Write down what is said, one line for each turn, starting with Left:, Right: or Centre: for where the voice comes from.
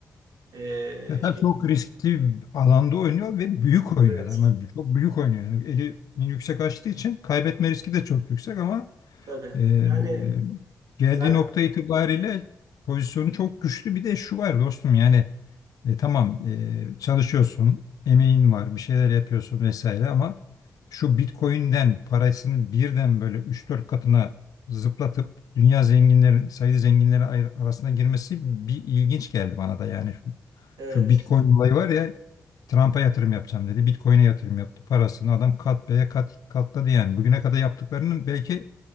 Right: Ee,
Left: Ya tabii
Right: şey,
Left: çok riskli bir alanda oynuyor ve büyük oynuyor
Right: evet,
Left: da, ama çok büyük oynuyor yani elini yüksek açtığı için kaybetme riski de çok yüksek ama
Right: tabii.
Left: Ee,
Right: Yani
Left: geldiği
Right: belki,
Left: nokta itibariyle pozisyonu çok güçlü. Bir de şu var dostum yani e, tamam e, çalışıyorsun, emeğin var, bir şeyler yapıyorsun vesaire ama şu Bitcoin'den parasını birden böyle üç dört katına zıplatıp dünya zenginleri, sayılı zenginleri ayr- arasına girmesi bir ilginç geldi bana da yani şu,
Right: evet.
Left: şu Bitcoin olayı var ya Trump'a yatırım yapacağım dedi. Bitcoin'e yatırım yaptı. Parasını adam kat beye kat katladı yani. Bugüne kadar yaptıklarının belki